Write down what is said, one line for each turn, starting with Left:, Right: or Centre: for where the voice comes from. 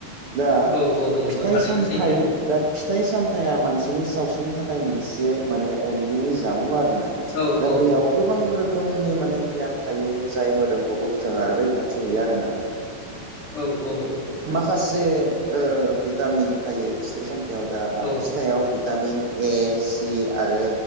Right: दा
Left: औ औ नंगौ
Right: फिथाइ
Left: थारैनो
Right: सामथाइ
Left: सैथो
Right: दा फिथाइ सामथाइया मानसिनि सावस्रिनि थाखाय मोनसे माने अनगुमै जामुं आरो दा
Left: औ औ
Right: बेयाव गोबां रोख खोमनि माने <unintelligible> थायो जाय मोदोमखौ गोख्रों आरो रैखाथि हैयो आरोना
Left: औ औ
Right: खासे ओ भिटामिन थायो फिथाइ साम इयाव दा
Left: औ
Right: फिथायाव भिटामिन ए सि आरो